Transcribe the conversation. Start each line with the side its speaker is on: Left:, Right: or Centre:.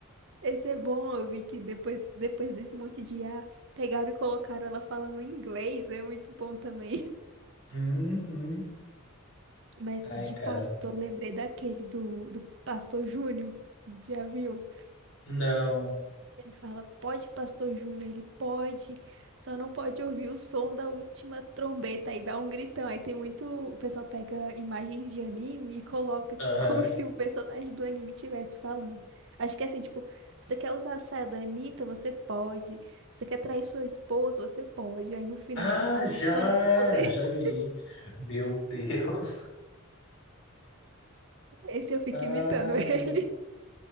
Right: Esse é bom, eu vi que depois, depois desse monte de ah, pegaram e colocaram ela falando em inglês, é muito bom também.
Left: Uhum.
Right: Mas
Left: Ai,
Right: de
Left: cara.
Right: pastor, lembrei daquele do, do pastor Júnior, já viu?
Left: Não.
Right: Ele fala, pode, Pastor Júnior, ele pode, só não pode ouvir o som da última trombeta aí dá um gritão. Aí tem muito, o pessoal pega imagens de anime e coloca, tipo,
Left: Aham.
Right: <laughs> como se o personagem do anime estivesse falando. Acho que é assim, tipo, você quer usar a saia da Anitta, você pode. Você quer trair sua esposa, você pode. Aí no final
Left: Ah,
Right: ele fala,
Left: já!
Right: você só não vai poder.
Left: Eu
Right: <laughs>
Left: já vi. Meu Deus.
Right: Esse eu fico
Left: <laughs>
Right: imitando ele.
Left: Ai,